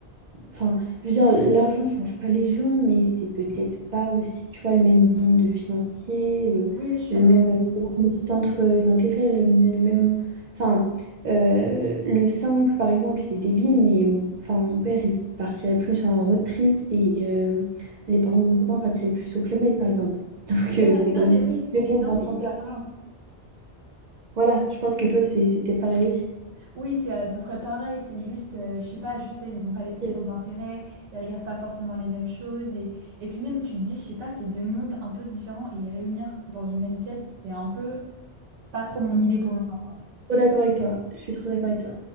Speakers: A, on the right; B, on the right.
A: Enfin, je veux dire, l'argent change pas les gens, mais c'est peut-être pas aussi, tu vois, le même monde financier, euh,
B: Oui, je suis
A: le
B: d'accord.
A: même le centre d'intérêt, le, le même... Enfin, euh, le simple, par exemple, c'est débile, mais mon, enfin, mon père, il partirait plus en road trip et euh, les parents de mon copain partiraient plus au Club Med, par exemple. <laughs> Donc,
B: Voilà.
A: euh, c'est
B: Non,
A: quand même
B: mais oui, c'est-
A: deux
B: l'exemple
A: mondes dans ce
B: est
A: sens-là.
B: hyper parlant.
A: Voilà, je pense que toi, c'est c'est peut-être pareil aussi.
B: Oui, c'est à peu près pareil, c'est juste, euh, je sais pas, juste même, ils ont pas les mêmes
A: Je
B: centres
A: suis
B: d'intérêt, ils regardent pas forcément les mêmes choses, et, et puis même, tu te dis, je sais pas, c'est deux mondes un peu différents, et les réunir dans une même pièce, c'est un peu pas trop mon idée pour le moment, quoi.
A: trop d'accord avec toi. Je suis trop d'accord avec toi.